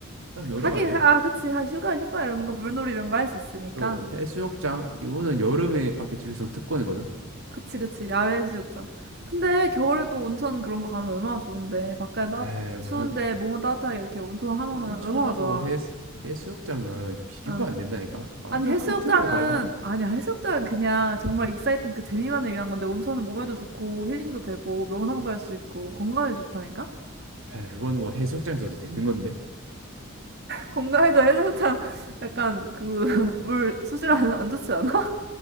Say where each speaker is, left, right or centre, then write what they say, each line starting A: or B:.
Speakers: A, on the right (about 70°); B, on the right (about 50°).
A: 딱 여름
B: 하긴,
A: 아니야?
B: 하- 아, 그치. 하- 휴가, 휴가 이런 거, 물놀이 이런 거 할 수 있으니까.
A: 또 해수욕장 이거는 여름에 밖에 즐길 수 있는 특권이거든.
B: 그치, 그치. 야외 해수욕장. 근데 겨울에도 온천 그런 거 가면 얼마나 좋은데. 밖에 따,
A: 에이 무슨
B: 추운데 몸은 따뜻하게 이렇게 온천 하면은
A: 온천하고
B: 얼마나 좋아.
A: 해 해수욕장은 비교가
B: 응.
A: 안 된다니까. 완전
B: 아니, 해수욕장은,
A: 카테고리 달라.
B: 아니야, 해수욕장은 그냥 정말 익사이팅 그 재미만을 위한 건데, 온천은 몸에도 좋고, 힐링도 되고, 명상도 할 수 있고, 건강에도 좋다니까?
A: 에이 그건 뭐 해수욕장에서도 되는 건데.
B: 건강에도 해장탕 약간 그 <laughs> 물 수질안 안안 좋지 않아?